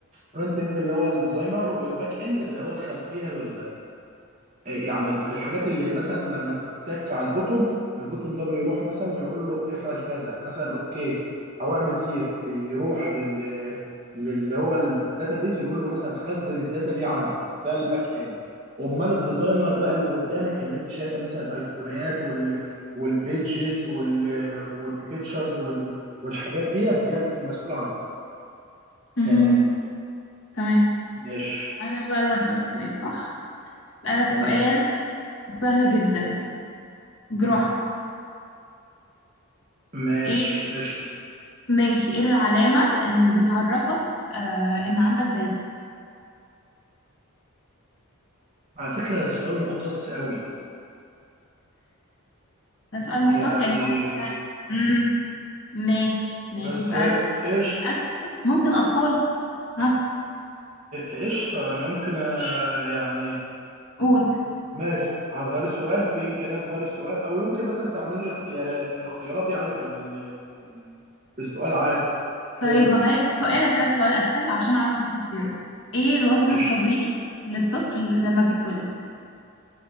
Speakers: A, on the right; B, on the left.
A: فرونت اند اللي هو الديزاينر والباك اند اللي هو الخلفيه ال- يعني ال- الحاجات اللي مثلا لما تتك على البوتوم البوتوم ده بيروح مثلا يقول له افعل كذا مثلا اوكي او اعمل سيف بيروح لل للي هو الداتابيز يقول له مثلا خزن الداتا دي عندك ده الباك اند امال الديزاينر بقى اللي قدامك اللي انت شايفه مثلا الايقونات وال والبيدجز وال والبيكتشرز وال والحاجات ديت ديت مسؤوله عن الفرونت
B: مهم.
A: تمام
B: تمام
A: ماشي
B: أنا بقى اللي هسألك سؤال صح أسألك
A: تمام
B: سؤال سهل جدا جراحة
A: مم. ماشي
B: ايه
A: قشطه
B: ماشي ايه العلامة اللي بتعرفك آه إن عندك زايدة
A: على فكره ده سؤال مختص قوي
B: ده سؤال مختص
A: يعني
B: يعني ممكن مم. ماشي ماشي
A: بس
B: أسألك سؤال
A: قشط
B: أسهل ممكن أطفال ها
A: قشطة أنا يمكن آه،
B: ايه
A: يعني
B: قول
A: ماشي هتغير السؤال في إمكانية تغير السؤال أو يمكن مثلا تعمل لي اختيارات اختيارات يعني في ال في ال في السؤال عادي تشويس
B: طيب هغير السؤال أسألك سؤال أسهل عشان أعرف أحط اختياره إيه الوزن
A: قشطة
B: الطبيعي للطفل لما بيتولد